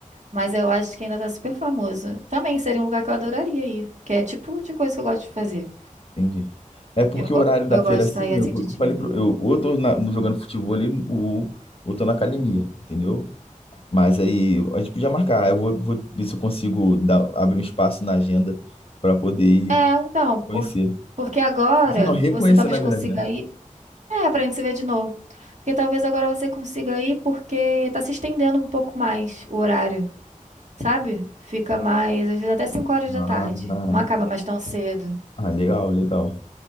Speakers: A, on the right; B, on the left.
A: mas eu acho que ainda tá super famoso. Também seria um lugar que eu adoraria ir, que é tipo de coisa que eu gosto de fazer.
B: Entendi. É porque
A: Eu, go-
B: o horário da
A: eu
B: feira,
A: gosto
B: assim,
A: de sair assim
B: eu,
A: de
B: eu
A: dia.
B: falei, pro- eu, ou eu tô na- jogando futebol ali, ou, ou tô na academia, entendeu? Mas aí a gente podia marcar. Eu vou, vou ver se eu consigo dar- abrir um espaço na agenda para poder ir
A: É, então,
B: conhecer.
A: por- porque agora
B: Você não reconhecer,
A: você talvez
B: na verdade,
A: consiga
B: né?
A: ir. É, pra gente se ver de novo. Porque talvez agora você consiga ir porque tá se estendendo um pouco mais o horário. sabe? Fica mais, às vezes até cinco horas
B: Ah,
A: da tarde.
B: ah,
A: Não acaba mais tão cedo,
B: ah, legal, legal.